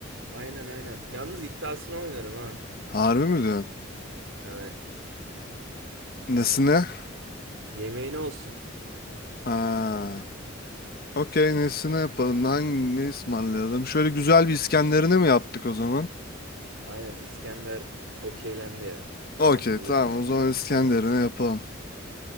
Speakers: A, on the right; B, on the left.
A: Aynen aynen. Yalnız iddiasını oynarım ha.
B: Harbi mi diyorsun?
A: Evet.
B: Nesine?
A: Yemeğine olsun.
B: Aa, okey nesine yapalım hangi ne ısmarlayalım şöyle güzel bir İskenderine mi yaptık o zaman?
A: Aynen İskender okeylendi ya. Tamamdır.
B: Okey
A: uy-
B: tamam o zaman İskenderun'u yapalım.